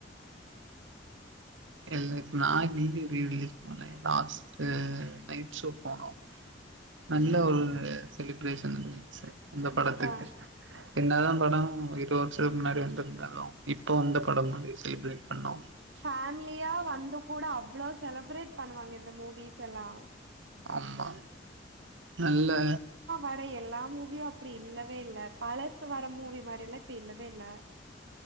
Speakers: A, on the right; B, on the right.
A: இல்ல நா கில்லி ரீ ரிலீஸ்க்கு போனே லாஸ்ட்டு நைட் ஷோ போனோ நல்ல ஒரு செலிப்ரேஷன் இருந்துச்சு அந்த படத்துக்கு
B: அதா
A: என்னதா பட இரு வருஷத்துக்கு முன்னாடி வந்திருந்தாலு இப்போ வந்த படம் மாதிரி செலிப்ரேட் பண்ணோ
B: ஃபேமிலியா வந்து கூட அவ்வளோ செலப்ரேட் பண்ணுவாங்க இந்த மூவிஸ் எல்லா
A: ஆம்மா நல்ல
B: அட எல்லா மூவியு அப்படி இல்லவே இல்ல பழசு வர மூவி மாரில்லா இப்டி இல்லவே இல்ல